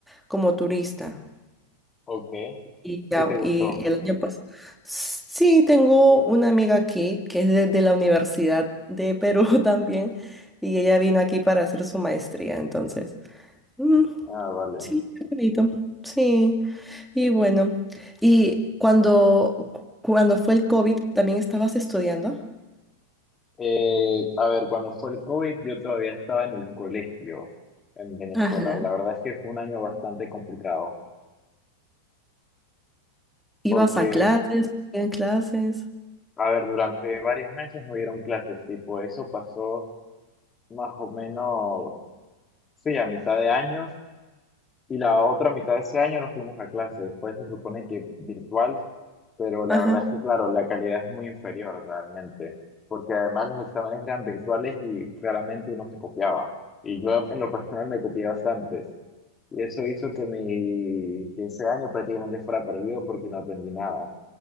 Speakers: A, in the centre; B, on the left.
A: como turista.
B: Ok,
A: Y, ya,
B: ¿y te gustó?
A: y el año pasado. Sí, tengo una amiga aquí que es de, de la Universidad de Perú <laughs> también, y ella vino aquí para hacer su maestría, entonces. mm,
B: Ah, vale.
A: sí, qué bonito. Sí. Y bueno, y cuando, cu- cuando fue el COVID, ¿también estabas estudiando?
B: Eh, a ver, cuando fue el COVID, yo todavía estaba en el colegio en Venezuela
A: Ajá.
B: y la verdad es que fue un año bastante complicado
A: ¿Ibas
B: porque,
A: a clases? ¿En clases?
B: a ver, durante varios meses no hubieron clases, tipo, eso pasó más o menos, sí, a mitad de año y la otra mitad de ese año nos fuimos a clase. Después se supone que virtual, pero la
A: Ajá.
B: verdad es que, claro, la calidad es muy inferior realmente porque además los exámenes eran virtuales y claramente uno se copiaba. Y yo en lo personal me copié bastante. Y eso hizo que, mi, que ese año prácticamente fuera perdido porque no aprendí nada,